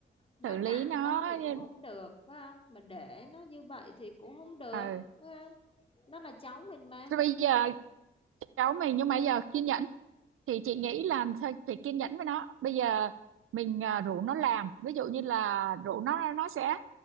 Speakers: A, on the left; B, on the right.
A: nói
B: xử
A: nặng
B: lý nó
A: nó thì cũng
B: như-
A: không được phải không mà để nó như vậy thì cũng không được
B: ờ
A: phải không nó là cháu mình mà
B: Thế bây giờ cháu mình nhưng mà bây giờ kiên nhẫn thì chị
A: ừ,
B: nghĩ là thôi phải kiên nhẫn với nó bây giờ mình à, rủ nó làm ví dụ như là rủ nó nó sẽ